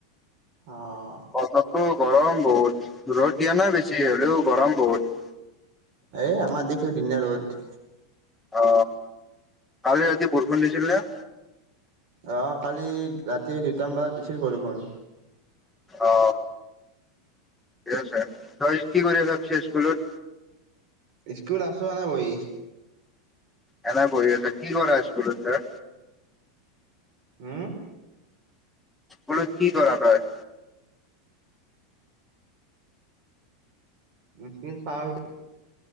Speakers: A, on the right; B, in the centre.
A: অঁ
B: বতৰটো গৰম বহুত ৰ'দ দিয়া নাই বেছি হ'লেও গৰম বহুত।
A: এই আমাৰ <unintelligible> ৰ'দ।
B: অ কালি ৰাতি বৰষুণ দিছিল নে।
A: অ কালি ৰাতি দুটামান বজাত দিছিল বৰষুণ।
B: অ। ঠিক আছে ত কি কৰি আছা পিছে স্কুলত।
A: স্কুলত আছোঁ এনে বহি।
B: এনে বহি আছা কি কৰা স্কুলত তই।
A: হুম।
B: বোলো কি কৰা তই।
A: <unintelligible>